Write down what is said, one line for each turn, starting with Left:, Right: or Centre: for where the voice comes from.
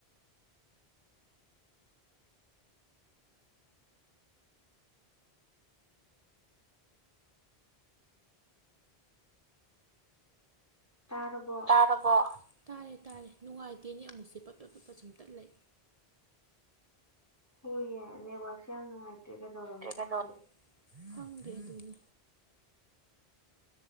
Left: ꯇꯥꯔꯕꯔꯕꯣ
Right: ꯇꯥꯔꯕꯣ ꯇꯥꯔꯦ ꯇꯥꯔꯦ ꯅꯨꯡꯉꯥꯏꯇꯦꯅꯦ ꯑꯃꯨꯛꯁꯦ ꯄꯠꯄ ꯄꯠꯄ ꯁꯨꯝꯇꯠ ꯂꯩ
Left: ꯍꯌꯦ ꯅꯦꯁꯤ ꯌꯥꯝ ꯅꯨꯡꯉꯥꯏ ꯠꯇ ꯀꯩꯗꯧꯔꯝꯅꯣ ꯈꯪꯗꯦ
Right: ꯀꯩꯗꯧ ꯈꯪꯗꯦ ꯑꯗꯨꯅꯤ